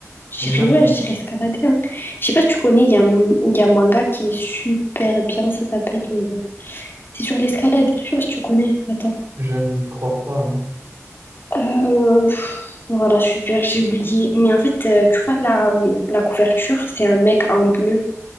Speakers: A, on the left; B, on the right.
A: Je
B: Exact.
A: dirais ouais,
B: hein.
A: je dirais escalader. hein. Je sais pas si tu connais, il y a, un- il y a un manga qui est super bien, ça s'appelle... euh, C'est sur l'escalade, je sais pas si tu connais. Attends.
B: Je ne crois pas, non.
A: Euh, pff, voilà, super, j'ai oublié. Mais en fait, euh, tu vois, la, la couverture, c'est un mec en bleu.